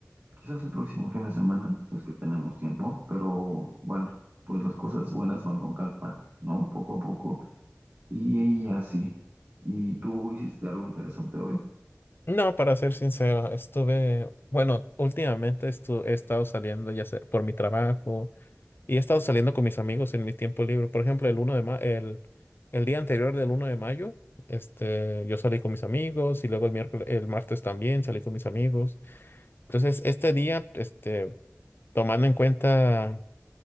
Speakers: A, on the right; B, on the left.
A: quizás el próximo fin de semana, si es que tenemos tiempo, pero bueno, pues las cosas buenas van con calpa, ¿no? Poco a poco. Y, y así. ¿Y tú hiciste algo interesante hoy?
B: no, para ser sincero, estuve, bueno, últimamente estu- he estado saliendo ya sea por mi trabajo. Y he estado saliendo con mis amigos en mi tiempo libre. Por ejemplo, el uno de ma- el, el día anterior del uno de mayo, este, yo salí con mis amigos y luego el miércoles, el martes también salí con mis amigos. Entonces, este día, este, tomando en cuenta